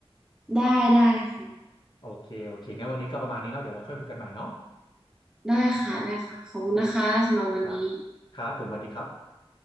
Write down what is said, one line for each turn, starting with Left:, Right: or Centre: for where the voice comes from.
Centre: ได้ได้ค่ะ
Left: โอเคโอเคงั้นวันนี้ก็ประมาณนี้เนาะเดี๋ยวไว้ค่อยคุยกันใหม่เนาะ
Centre: ได้ค่ะได้ค่ะขอบคุณนะคะสำหรับวันนี้
Left: โอเคครับครับผมสวัสดีครับ